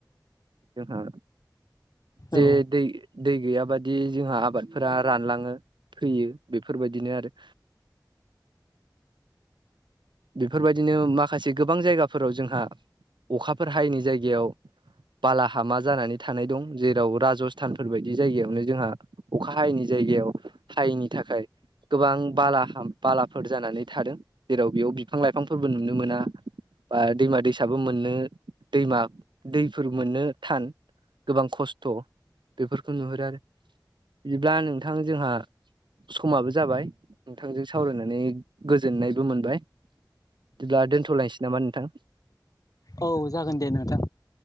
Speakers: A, on the right; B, on the left.
A: जोंहा जे
B: औ
A: दै दै गैयाबादि जोंहा आबादफोरा रानलाङो। फैयो बेफोर बायदिनो आरो। बेफोर बायदिनो माखासे गोबां जायगाफोराव जोंहा अखाफोर हायैनि जायगायाव बालाहामा जानानै थानाय दं जेराव राजस्थानफोर बायदि जायगायावनो जोंहा अखा हायैनि जायगायाव हायैनि थाखाय गोबां बालाहाम बालाफोर जानानै थादों जेराव बेयाव बि बिफां-लाइफांफोरबो नुनो मोना बा दैमा-दैसाबो मोननो दैमा दैफोर मोननो थान गोबां खस्थ'। बेफोरखौ नुहुरो आरो बिदिब्ला नोंथां जोहा समाबो जाबाय नोंथांजों सावरायनानै गोजोननायबो मोनबाय। जेब्ला दोन्थ'लायनोसै नामा नोंथां
B: औ जागोन दे नोंथां